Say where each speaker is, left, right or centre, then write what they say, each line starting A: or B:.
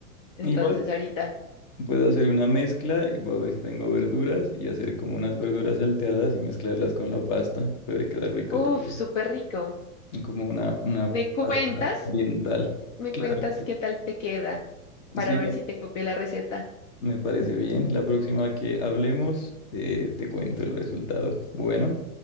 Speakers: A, on the left; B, on the left.
A: Entonces
B: Igual
A: ahorita,
B: Puedo hacer una mezcla y voy a ver si tengo verduras y hacer como unas verduras salteadas y mezclarlas con la pasta. Puede quedar rico
A: uff,
B: tal vez.
A: súper rico.
B: Como una, una
A: ¿Me cuentas?
B: pasta oriental.
A: ¿Me
B: Claro.
A: cuentas qué tal te queda para
B: Sí,
A: ver
B: la-
A: si te copié la receta?
B: me parece bien. La próxima que hablemos, eh, te cuento el resultado. Bueno,